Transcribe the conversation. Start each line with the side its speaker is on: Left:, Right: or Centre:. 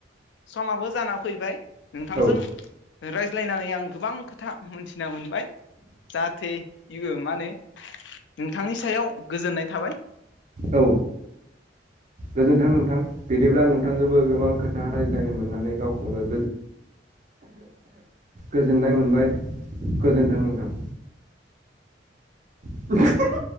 Left: समाबो जाना फैबाय नोंथांजों
Right: औ
Left: रायज्लायनानै आं गोबां खोथा मोनथिना मोनबाय जाहाथे इ मा होनो नोंथांनि सायाव गोजोननाय थाबाय
Right: औ गोजोन्थों नोंथां बिदिब्ला नोंथांजोंबो गोबां खोथा रायज्लायनो मोननानै गावखौनो गोजोननाय मोनबाय गोजोनथों नोंथां <unintelligible>